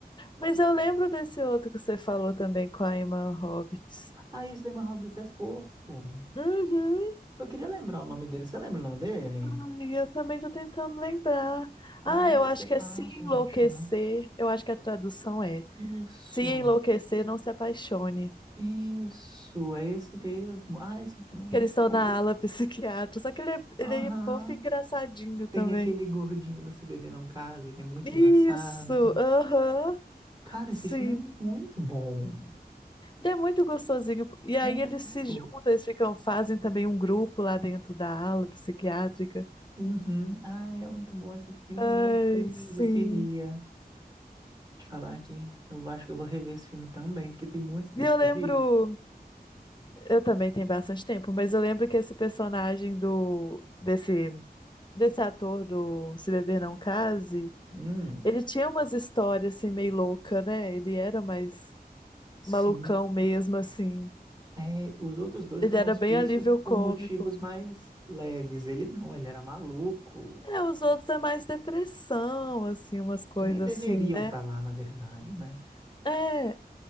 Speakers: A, on the left (about 30°); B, on the right (about 25°).
A: Mas eu lembro desse outro que você falou também com a Emma Roberts.
B: Ah, esse Damon Roberts é fofo.
A: Uhum.
B: Eu queria lembrar o nome dele. Você lembra o nome dele?
A: Ai, eu também tô tentando lembrar.
B: Ah,
A: Ah,
B: mas
A: eu
B: deve
A: acho
B: ser fácil
A: que é Se Enlouquecer.
B: de achar.
A: Eu acho que a tradução é
B: Isso,
A: Se Enlouquecer, Não Se Apaixone.
B: isso, é esse mesmo. Ah, esse filme é muito
A: Que eles estão
B: fofo.
A: na ala <laughs> psiquiátrica. Só que ele é, ele
B: Aham.
A: é fofo e engraçadinho
B: Tem
A: também.
B: aquele gordinho da Se Beber Não Case, que é muito
A: Isso!
B: engraçado.
A: Aham!
B: Cara,
A: Sim.
B: esse filme é muito bom.
A: E é muito gostosinho. E aí
B: Muito.
A: eles se juntam, eles ficam, fazem também um grupo lá dentro da ala psiquiátrica.
B: Uhum. Ah, é muito bom esse filme,
A: Ai,
B: meu Deus.
A: sim.
B: Eu queria te falar que eu acho que eu vou rever esse filme também, porque tem muito tempo
A: E eu
B: que
A: lembro,
B: eu vi.
A: eu também tenho bastante tempo, mas eu lembro que esse personagem do desse desse ator do Se Beber Não Case,
B: Hum,
A: ele tinha umas histórias assim meio louca, né? Ele era mais
B: sim.
A: malucão mesmo assim.
B: É, os outros dois
A: Ele
B: estão no
A: era
B: hospício
A: bem alívio
B: por
A: cômico.
B: motivos mais leves. Ele não, ele era maluco,
A: É, os outros é mais depressão, assim, umas coisas
B: que nem deveriam
A: assim, né?
B: estar lá, na verdade, né?
A: É.